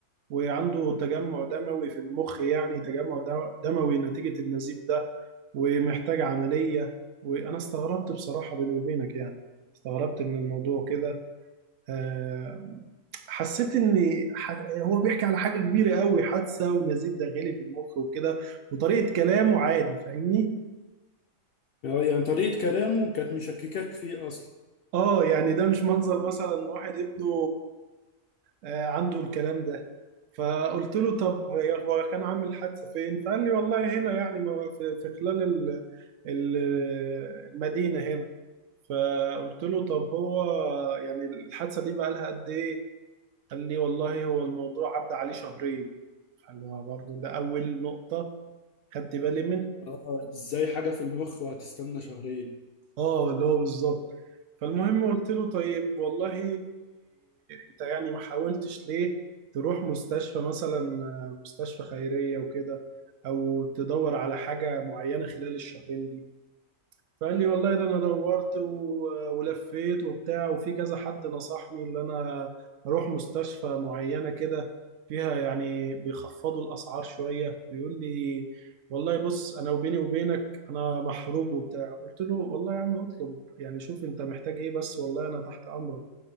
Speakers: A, on the right; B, on the left.
A: وعنده تجمع دموي في المخ يعني تجمع دم- دموي نتيجه النزيف ده ومحتاج عمليه وانا استغربت بصراحه بيني وبينك يعني استغربت من الموضوع كده آه، حسيت ان ح- هو بيحكي على حاجه كبيره قوي حادثه ونزيف داخلي في المخ وكده وطريقه كلامه عادي فاهمني
B: يعني طريقة كلامه كانت مشككاك فيه اصلا
A: اه يعني ده مش منظر مثلا إن واحد ابنه آه، عنده الكلام ده فقلت له طب هي- هو كان عامل حادثة فين فقال لي والله هنا يعني ما- في في خلال ال- ال- المدينة هنا فقلت له طب هو يعني الحادثة دي بقالها قد ايه قال لي والله هو الموضوع عدى عليه شهرين قال له آه، برضه ده أول نقطة خدت بالي منها
B: اه ازاي حاجة في المخ وهتستنى شهرين؟
A: اه اللي هو بالظبط فالمهم قلت له طيب والله انت يعني ما حاولتش ليه تروح مستشفى مثلا آه، مستشفى خيرية وكده او تدور على حاجة معينة خلال الشهرين دي فقال لي والله ده انا دورت و- ولفيت وبتاع وفي كذا حد نصحني ان انا اروح مستشفى معينة كده فيها يعني بيخفضوا الاسعار شوية بيقول لي والله بص انا وبيني وبينك انا محروق وبتاع قلت له والله يا عم اطلب يعني شوف انت محتاج ايه بس والله انا تحت امرك